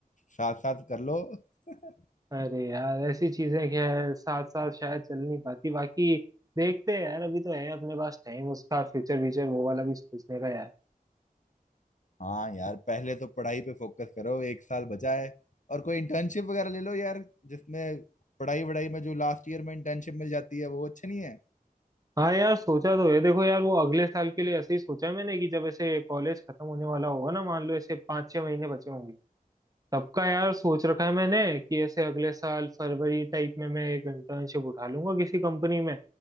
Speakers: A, on the left; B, on the right.
A: साथ साथ कर लो <laughs>
B: अरे यार ऐसी चीजें खैर साथ साथ शायद चल नहीं पाती बाकी देखते हैं यार अभी तो है अपने पास टाइम उसका फ्यूचर व्यूचर वो वाला भी सोचने का यार
A: हाँ यार पहले तो पढ़ाई पे फोकस करो एक साल बचा है और कोई इंटर्नशिप वगैरह ले लो यार जिसमें पढ़ाई वढ़ाई में जो लास्ट ईयर में इंटर्नशिप मिल जाती है वो अच्छी नहीं है
B: हाँ यार सोचा तो है देखो यार वो अगले साल के लिए ऐसे ही सोचा है मैंने कि जब ऐसे कॉलेज खत्म होने वाला होगा ना मान लो ऐसे पाँच छह महीने बचे होंगे सबका यार सोच रखा है मैंने कि ऐसे अगले साल फरवरी टाइप में मैं एक इंटर्नशिप उठा लूंगा किसी कंपनी में